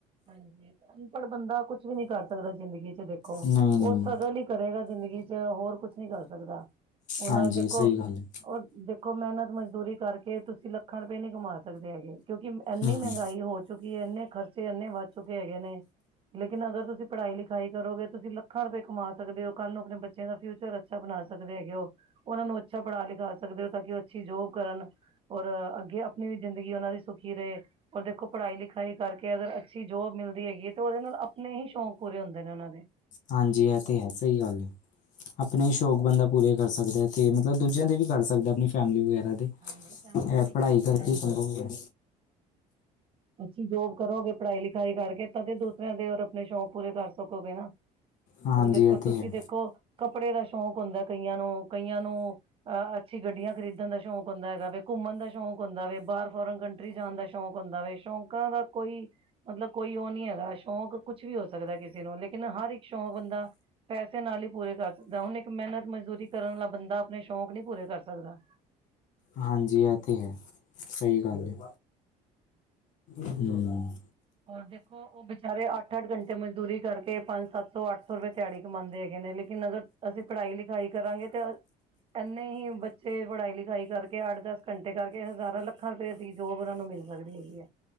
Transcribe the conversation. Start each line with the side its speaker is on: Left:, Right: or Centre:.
Right: ਹਾਂਜੀ, ਅਨਪੜ੍ਹ ਬੰਦਾ ਕੁਛ ਵੀ ਨੀ ਕਰ ਸਕਦਾ ਜ਼ਿੰਦਗੀ ਚ ਦੇਖੋ।
Left: ਨਹੀਂ-ਨਹੀਂ
Right: ਉਹ ਸਦਾ ਲਈ ਕਰੇਗਾ ਜ਼ਿੰਦਗੀ ਚ, ਹੋਰ ਕੁਛ ਨੀ ਕਰ ਸਕਦਾ। ਉਹਨਾਂ
Left: ਹਾਂਜੀ
Right: ਦੇਖੋ
Left: ਸਹੀ ਗੱਲ ਹੈ।
Right: ਉਹ ਦੇ ਦੇਖੋ, ਮਿਹਨਤ ਮਜ਼ਦੂਰੀ ਕਰਕੇ ਤੁਸੀਂ ਲੱਖਾਂ ਰੁਪਏ ਨਹੀਂ ਕਮਾ ਸਕਦੇ ਹੈਗੇ, ਕਿਉਂਕਿ ਇੰਨੀ
Left: ਹੂੰ,
Right: ਮਹਿੰਗਾਈ ਹੋਈ ਚੁੱਕੀ ਏ, ਇੰਨੇ ਖਰਚੇ ਇੰਨੇ ਵੱਧ ਚੁੱਕੇ ਹੈਗੇ ਨੇ। ਲੇਕਿਨ ਅਗਰ ਤੁਸੀਂ ਪੜ੍ਹਾਈ ਲਿਖਾਈ ਕਰੋਗੇ, ਤੁਸੀਂ ਲੱਖਾਂ ਰੁਪਏ ਕਮਾ ਸਕਦੇ ਹੋ, ਕੱਲ੍ਹ ਨੂੰ ਆਪਣੇ ਬੱਚਿਆਂ ਦਾ ਫਿਊਚਰ ਅੱਛਾ ਬਣਾ ਸਕਦੇ ਹੈਗੇ ਹੋ, ਉਹਨਾਂ ਨੂੰ ਅੱਛਾ ਪੜ੍ਹਾ ਲਿਖਾ ਸਕਦੇ ਹੋ ਤਾਂ ਕਿ ਉਹ ਅੱਛੀ ਜੋਬ ਕਰਨ। ਔਰ ਅੱਗੇ ਆਪਣੀ ਵੀ ਜ਼ਿੰਦਗੀ ਉਹਨਾਂ ਦੀ ਸੁਖੀ ਰਹੇ, ਔਰ ਦੇਖੋ ਪੜ੍ਹਾਈ ਲਿਖਾਈ ਕਰਕੇ ਕਿ ਅਗਰ ਅੱਛੀ ਜੋਬ ਹੈਗੀ ਏ ਤੇ ਉਹਦੇ ਨਾਲ ਆਪਣੇ ਹੀ ਸ਼ੌਂਕ ਪੂਰੇ ਹੁੰਦੇ ਨੇ ਉਹਨਾਂ ਦੇ।
Left: ਹਾਂਜੀ ਇਹ ਤੇ ਹੈ, ਸਹੀ ਗੱਲ ਏ। ਆਪਣੇ ਸ਼ੌਕ ਬੰਦਾ ਪੂਰੇ ਕਰ ਸਕਦਾ, ਏਥੇ ਤੇ ਮਤਲਬ ਦੂਜਿਆਂ ਦੇ ਵੀ ਕਰ ਸਕਦਾ ਆਪਣੀ ਫੈਮਿਲੀ ਵਗੈਰਾ ਦੇ।
Right: ਹਾਂਜੀ, ਫੈਮਲੀ
Left: ਇਹ
Right: ਦੇ ਵੀ
Left: ਪੜ੍ਹਾਈ
Right: ਕਰ ਸਕਦਾ।
Left: ਕਰਕੇ ਹੀ ਸੰਭਵ ਹੋਇਆ
Right: ਅੱਛੀ ਜੋਬ ਕਰੋਗੇ, ਪੜ੍ਹਾਈ ਲਿਖਾਈ ਕਰਕੇ ਤਾਂ ਦੂਸਰਿਆਂ ਦੇ ਰ ਆਪਣੇ ਸ਼ੌਂਕ ਪੂਰੇ ਕਰ ਸਕੋਗੇ ਨਾ।
Left: ਹਾਂਜੀ
Right: ਹੁਣ ਦੇਖੋ
Left: ਇਹ ਤੇ
Right: ਤੁਸੀਂ
Left: ਹੈ।
Right: ਦੇਖੋ ਕੱਪੜੇ ਦਾ ਸ਼ੌਕ ਹੁੰਦਾ ਕਈਆਂ ਨੂੰ, ਕਈਆਂ ਨੂੰ ਅਹ ਅੱਛੀ ਗੱਡੀਆਂ ਖਰੀਦਣ ਦਾ ਸ਼ੌਕ ਹੁੰਦਾ ਹੈਗਾ ਵਾ, ਘੁੰਮਣ ਦਾ ਸ਼ੌਕ ਹੁੰਦਾ ਵੇ, ਬਾਹਰ ਫੋਰਨ ਕੰਟਰੀ ਜਾਣ ਦਾ ਸ਼ੌਕ ਹੁੰਦਾ ਵੇ। ਸ਼ੌਕਾਂ ਦਾ ਕੋਈ ਮਤਲਬ ਕੋਈ ਉਹ ਨੀ ਹੈਗਾ ਸ਼ੌਕ ਕੁਛ ਵੀ ਹੋ ਸਕਦਾ ਕਿਸੇ ਨੂੰ, ਲੇਕਿਨ ਹਰ ਇੱਕ ਸ਼ੌਕ ਬੰਦਾ ਪੈਸੇ ਨਾਲ ਹੀ ਪੂਰੇ ਕਰ ਸਕਦਾ, ਹੁਣ ਮਿਹਨਤ ਮਜ਼ਦੂਰੀ ਕਰਨ ਬੰਦਾ ਆਪਣੇ ਸ਼ੌਕ ਨਹੀਂ ਪੂਰੇ ਕਰ ਸਕਦਾ।
Left: ਹਾਂਜੀ ਆ ਤੇ ਹੈ, ਸਹੀ ਗੱਲ ਹੈ। ਹਮ
Right: ਹੋਰ ਦੇਖੋ, ਉਹ ਵਿਚਾਰੇ ਅੱਠ-ਅੱਠ ਘੰਟੇ ਮਜ਼ਦੂਰੀ ਕਰਕੇ ਪੰਜ ਸੱਤ ਤੋਂ ਅੱਠ ਸੌ ਰੁਪਏ ਦਿਹਾੜੀ ਕਮਉਂਦੇ ਹੈਗੇ ਨੇ, ਲੇਕਿਨ ਅਗਰ ਅਸੀਂ ਪੜ੍ਹਾਈ ਲਿਖਾਈ ਕਰਾਂਗੇ ਤੇ ਇੰਨੇ ਹੀ ਬੱਚੇ ਪੜ੍ਹਾਈ ਲਿਖਾਈ ਕਰਕੇ ਅੱਠ-ਦਸ ਘੰਟੇ ਕਰਕੇ ਹਜ਼ਾਰਾਂ ਲੱਖਾਂ ਰੁਪਏ ਦੀ ਜੋਬ ਉਹਨਾਂ ਨੂੰ ਮਿਲ ਸਕਦੀ ਹੈਗੀ ਏ।